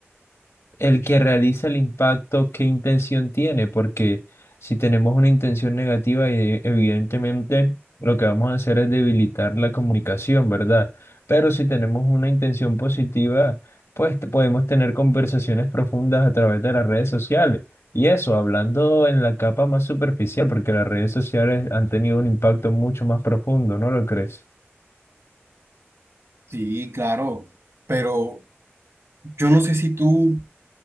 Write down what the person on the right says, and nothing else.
Sí, claro, pero yo no sé si tú